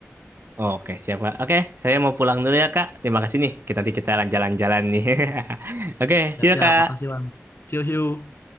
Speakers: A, on the right (about 50°); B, on the left (about 55°).
A: Oke, siap, Kak. Oke, saya mau pulang dulu ya, Kak. Terima kasih nih. Kita nanti kita jalan-jalan nih. <laughs> Oke,
B: Siap-siap,
A: see you, Kak.
B: makasih Bang. See you, see you.